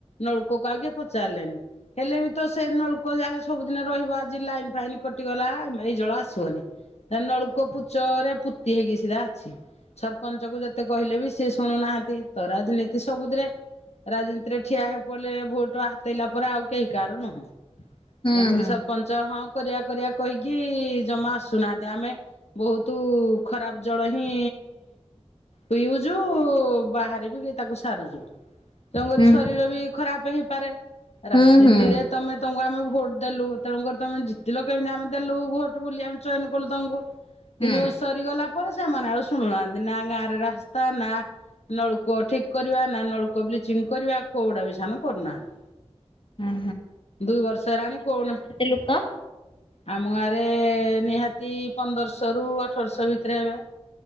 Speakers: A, on the left (about 80°); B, on the left (about 50°).
A: ନଳକୂଅ କୁ ଆଉ କେହି ପଚାରିଲେନି। ହେଲେ ବି ତ ସେ ନଳକୂଅ ଯାହା ହେଲେ ସବୁଦିନ ରହିବ ଆଜି ଲାଇନ୍ ଫାଇନି କଟିଗଲା ଆମ ଏଇ ଜଳ ଆସିବନି। ତା ନଳକୂପ ପୂଚ ରେ ପୁତି ହେଇକି ସିଧା ଅଛି। ସରପଞ୍ଚ କୁ ଯେତେ କହିଲେ ବି ସିଏ ଶୁଣୁନାହାନ୍ତି। ତ ରାଜନୀତି ସବୁଥିରେ। ରାଜନୀତିରେ ଠିଆ ହେଇ ପଡ଼ିଲେ ଭୋଟ ଆସେଇଲା ପରେ ଆଉ କେହି କାହାର ନୁହଁ।
B: ହୁଁ
A: ତାଙ୍କର
B: ହୁଁ
A: ସରପଞ୍ଚ ହଁ କରିଆ କରିଆ କହିକି ଜମା ଆସୁନାହାନ୍ତି। ଆମେ ବହୁତ ଖରାପ ଜଳ ହିଁ ପିଉଛୁ ବାହାରେ ବି ତାକୁ ସାରୁଛୁ। ତମରି
B: ହୁଁ
A: ଶରୀର ବି ଖରାପ ହେଇପାରେ।
B: ହୁଁ
A: ରାଜନୀତିରେ
B: ହୁଁ ହୁଁ
A: ତମେ ତମକୁ ଆମେ ଭୋଟ ଦେଲୁ ତେଣୁ କରି ତମେ ଜି ତିଲ କେମିତି ଆମେ ଦେଲୁ ଭୋଟ ବୁଲି ଆମେ ଚୟନ କଲୁ ତମକୁ କିନ୍ତୁ
B: ହୁଁ
A: ସରିଗଲା ପରେ ସେମାନେ ଆଉ ଶୁଣୁନାହାନ୍ତି। ନା ଗାଁରେ ରାସ୍ତା, ନା ନଳୁକୂଅ ଠିକ କରିବା ନା, ନଳୁକୂଅ ବ୍ଲିଚିଂ କରିବା କୋଉଟା ବି ସାନ କରୁନାହାନ୍ତି।
B: ହୁଁ
A: ଦୁଇ ବର୍ଷ ହେଲାଣି କୋଣ
B: ଲୁକ?
A: ଆମ ଗାଁରେ ନିହାତି ପନ୍ଦରଶହରୁ ଅଠରଶହ ଭିତରେ ହେବେ।